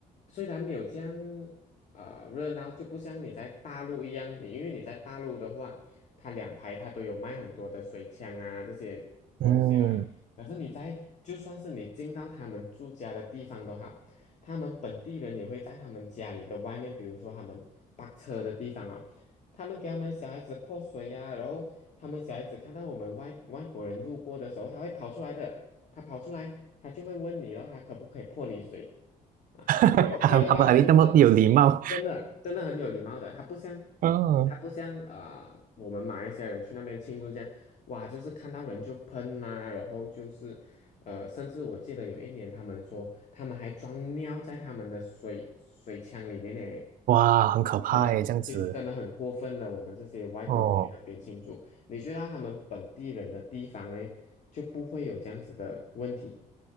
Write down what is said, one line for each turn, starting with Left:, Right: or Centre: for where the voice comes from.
Left: 虽然没有这样呃热闹，就不像你在大陆一样，你因为你在大陆的话，它两排它都有卖很多的水枪啊这些东西了嘛，
Right: 嗯，
Left: 可是你在就算是你进到他们住家的地方都好。他们本地人也会在他们家里的外面，比如说他们泊车的地方啊，他们给他们小孩子泼水呀、然后他们小孩子看到我们外外国人路过的时候，他会跑出来的，他跑出来，他就会问你了，他可不可以泼你水啊？
Right: <laughs>
Left: 你 OK
Right: 他们他们那么有礼貌。
Left: 的话，他就是真的真的很有礼貌的，他不像。
Right: 嗯，
Left: 他不像啊、呃我们马来西亚人去那边庆祝这样，哇，就是看到人就喷啦、然后就是呃，甚至我记得有一年，他们说他们还装尿在他们的水水枪里面呢，
Right: 哇，很可怕诶，
Left: 很，
Right: 这样子。
Left: 其实真的很过分的。我们这些外国人去那边庆祝，
Right: 哦。
Left: 你去到他们本地人的地方嘞，就不会有这样子的问题，